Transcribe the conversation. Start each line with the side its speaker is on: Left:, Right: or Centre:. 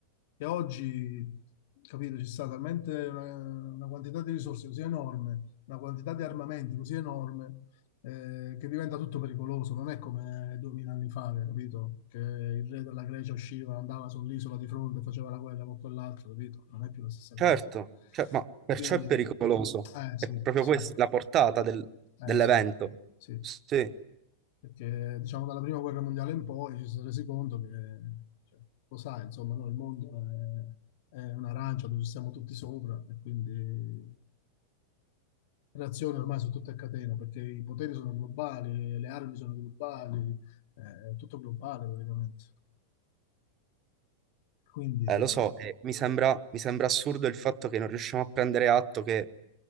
Left: che oggi, capito, ci sta talmente una, una quantità di risorse così enorme, una quantità di armamenti così enorme, eh, che diventa tutto pericoloso. Non è come 2000 anni fa, che, capito, che il re della Grecia usciva, andava sull'isola di fronte, e faceva la guerra con quell'altro, capito? Non è più la stessa
Right: Certo,
Left: cosa.
Right: cioè, ma perciò
Left: Quindi,
Right: è pericoloso.
Left: eh sì,
Right: È proprio
Left: sì,
Right: questa
Left: eh
Right: la portata del- dell'evento.
Left: sì, sì
Right: Sì,
Left: perché diciamo dalla prima guerra mondiale in poi ci si è resi conto che, cioè, lo sai, insomma, no, il mondo è, è un'arancia dove ci siamo tutti sopra e quindi eh, le azioni ormai sono tutte a catena perché i poteri sono globali, le armi sono globali, eh, è tutto globale praticamente. Quindi
Right: eh, lo so, e mi sembra, mi sembra assurdo il fatto che non riusciamo a prendere atto che